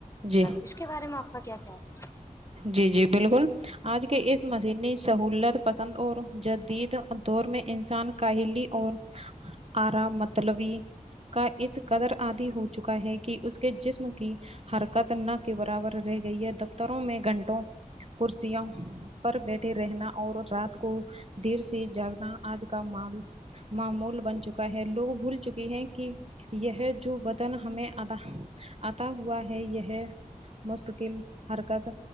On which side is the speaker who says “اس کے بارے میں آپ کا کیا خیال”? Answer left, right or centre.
Left